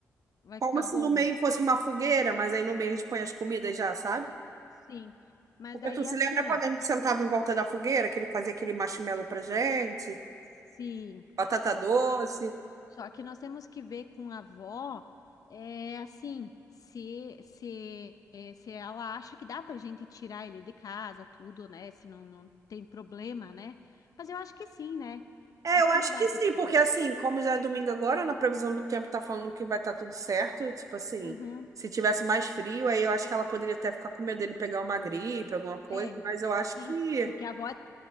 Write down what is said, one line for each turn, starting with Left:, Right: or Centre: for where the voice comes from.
Left: Vai
Right: Como
Left: ficar
Right: se
Left: bom,
Right: no meio
Left: mano.
Right: fosse uma fogueira, mas aí no meio a gente põe as comidas já, sabe?
Left: Sim. Mas
Right: Porque
Left: daí,
Right: tu se
Left: assim,
Right: lembra quando
Left: ó.
Right: a gente sentava em volta da fogueira, que ele fazia aquele marshmallow pra gente,
Left: Sim.
Right: batata doce.
Left: Só que nós temos que ver com a avó, é, assim, se, se, é, se ela acha que dá pra gente tirar ele de casa, tudo, né? Se não, não tem problema, né? Mas eu acho que sim, né?
Right: É,
Left: Acho
Right: eu
Left: que
Right: acho
Left: não vai
Right: que
Left: ter
Right: sim,
Left: problema.
Right: porque assim, como já é domingo agora, na previsão do tempo tá falando que vai estar tudo certo, tipo assim,
Left: Uhum.
Right: se tivesse mais frio, aí eu acho que ela poderia até ficar com medo dele pegar uma gripe, alguma coisa,
Left: É,
Right: mas eu acho
Left: sim,
Right: que
Left: porque a avó, é,